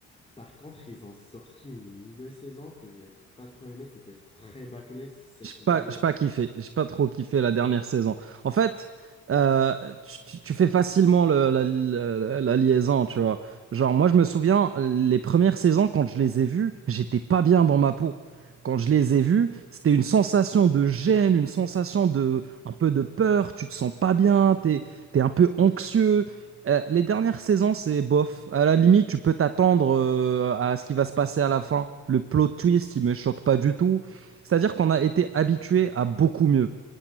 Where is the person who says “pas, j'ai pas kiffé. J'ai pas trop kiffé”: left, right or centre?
Right